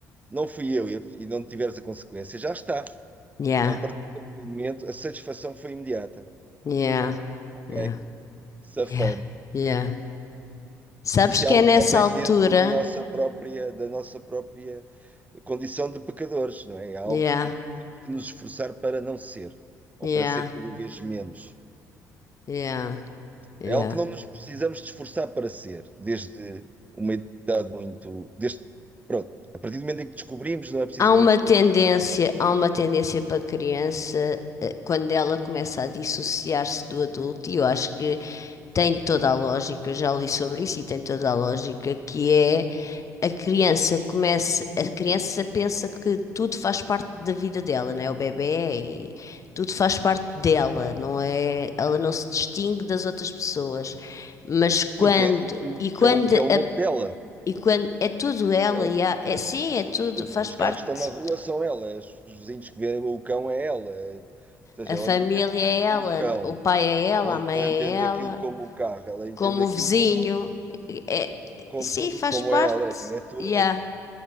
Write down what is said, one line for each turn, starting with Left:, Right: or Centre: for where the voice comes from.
Right: não fui eu e, e não tiveres a consequência, já está.
Left: Yeah.
Right: A partir daquele momento, a satisfação foi imediata.
Left: Yeah.
Right: Ok,
Left: Yeah.
Right: safame.
Left: Yeah. Yeah. Sabes
Right: Isso
Left: que
Right: é algo
Left: é nessa
Right: que já vem
Left: altura.
Right: dentro da nossa própria, da nossa própria condição de pecadores, não é? É algo
Left: Yeah.
Right: que temos que nos esforçar para não ser, ou
Left: Yeah.
Right: para ser cada vez menos.
Left: Yeah. Yeah.
Right: É algo que não nos precisamos de esforçar para ser, desde uma idade muito. Desde, pronto, a partir do momento em que descobrimos, não é preciso
Left: Há uma
Right: muito esforço.
Left: tendência, há uma tendência para a criança eh, quando ela começa a dissociar-se do adulto, e eu acho que tem toda a lógica, eu já li sobre isso e tem toda a lógica, que é a criança começa, a criança pensa que tudo faz parte da vida dela, né? O bebé e tudo faz parte dela, não é? Ela não se distingue das outras pessoas. Mas quando,
Right: Sim, que é, isto,
Left: e quando
Right: que é, o, que
Left: a-
Right: é o mundo dela.
Left: e quando é tudo ela
Right: É o,
Left: e há-
Right: yeah,
Left: é sim, é tudo,
Right: tudo.
Left: faz
Right: Os
Left: parte
Right: carros que estão na rua são elas, os vizinhos que vêem o cão é ela. Ou seja,
Left: A
Right: ela
Left: família
Right: não entende aquilo
Left: é
Right: como
Left: ela,
Right: o cão,
Left: o pai é ela,
Right: ela
Left: a mãe
Right: não
Left: é
Right: entende
Left: ela,
Right: aquilo como o carro, ela entende
Left: como
Right: aquilo
Left: o vizinho.
Right: como,
Left: É,
Right: como
Left: sim,
Right: tudo,
Left: faz
Right: como
Left: parte.
Right: é ela. Aquilo é tudo,
Left: Yeah,
Right: é,